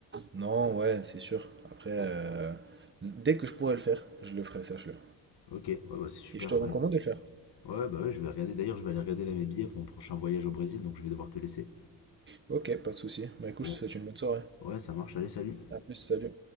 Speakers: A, on the right; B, on the left.
A: Non, ouais, c'est sûr. Après, euh, dès que je pourrai le faire, je le ferai, sache-le.
B: Ok, ouais, bah, c'est super.
A: Et je te recommande
B: Bah,
A: de le faire.
B: ouais, bah, ouais, je vais regarder. D'ailleurs, je vais aller regarder là mes billets pour mon prochain voyage au Brésil, donc je vais devoir te laisser.
A: Ok, pas de souci. Bah écoute,
B: Bon,
A: je te souhaite une bonne soirée.
B: ouais, ça marche. Allez, salut.
A: À plus, salut.